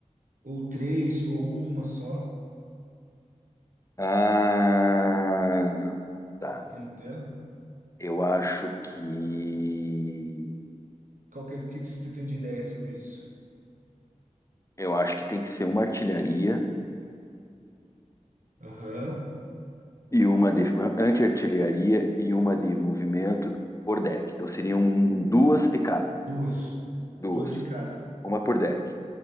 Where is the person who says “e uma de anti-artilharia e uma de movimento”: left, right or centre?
Left